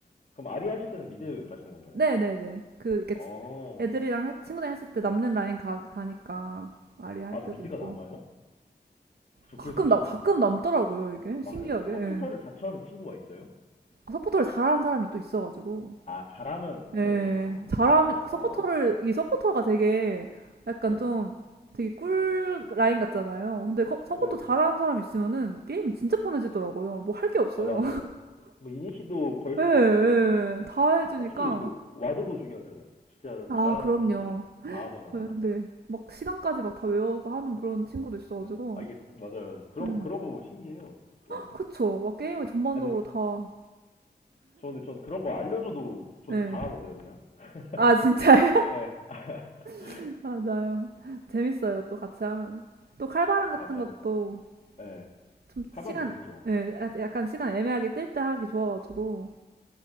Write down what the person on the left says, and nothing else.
그럼 아리 하실 때는 미드 가시는 건가요?
어,
아,
근데 미드가
남아요? 저
그게 더
신기한데.
아, 그래요? 서포터를
자처하는 친구가 있어요?
아, 잘하면
보내줘야죠. 아,
아,
네.
네.
아, 맞아요. 뭐, 이니시도 걸
수도
있고,
아, 특히 그, 와드도 중요하잖아요. 진짜
잘하는
서포터는 다 하더만
알아.
네. 아, 이게, 맞아요. 맞아요. 그런,
그런 거 신기해요, 진짜.
아, 근데
저는, 저는 그런 거 알려줘도 전
다 하던데요, 그냥. <laughs>
예. <laughs>
아, 진짜,
예.
칼밤도
재밌죠.